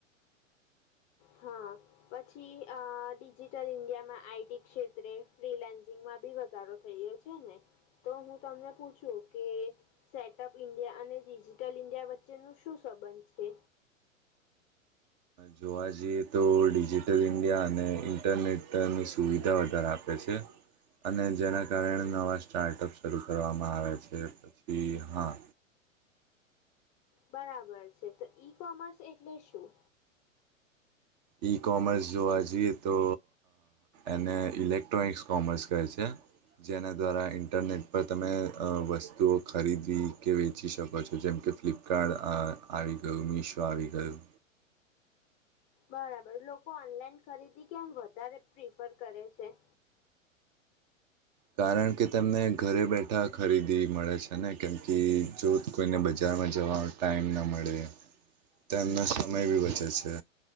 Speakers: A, on the left; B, on the right.
A: હા પછી અ ડિજિટલ ઇન્ડિયામાં આઈટી ક્ષેત્રે ફ્રીલેન્સિંગમાં બી વધારો થઈ ગયો છે છે ને તો હું તમને પૂછું કે સેટઅપ ઇન્ડિયા અને ડિજિટલ ઈન્ડિયા વચ્ચે નું શું સંબંધ છે
B: જોવા જઈએ તો ડિજિટલ ઇન્ડિયા અને ઇન્ટરનેટની સુવિધા વધારે આપ પ છે અને જેના કારણે નવા સ્ટાર્ટઅપ શરૂ કરવામાં આવે છે પછી હા
A: બરાબર છે તો ઈ કોમર્સ એટલે શું
B: ઈ કોમર્સ જોવા જઈએ તો એને ઇલેક્ટ્રોનિક્સ કોમર્સ કહે છે જેના દ્વારા ઇન્ટરનેટ પર તમે વસ્તુઓ ખરીદવી કે વેચી શકો છો જેમ કે ફ્લિપ કાર્ડ આવી ગયું મીશો આવી ગયું
A: બરાબર લોકો ઓનલાઈન ખરીદી કેમ વધારે પ્રિફર કરે છે
B: કારણ કે તમને ઘરે બેઠા ખરીદી મળે છે ને કેમ કે જો કોઈને બજારમાં જવા ટાઈમ ન મળે તો એનો સમય બી બચે છે